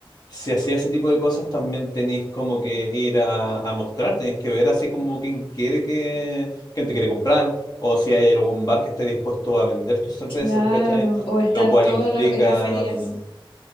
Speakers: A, on the left; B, on the left.
A: si hacía ese tipo de cosas, también tenéis como que ir a, a mostrar, tenéis que ver así como quién quiere que, quién te quiere comprar, o si hay algún bar que esté dispuesto a vender tus cervezas,
B: Claro,
A: ¿cachai?
B: o estar
A: Lo cual
B: todo
A: implica,
B: la- en las ferias.
A: mm,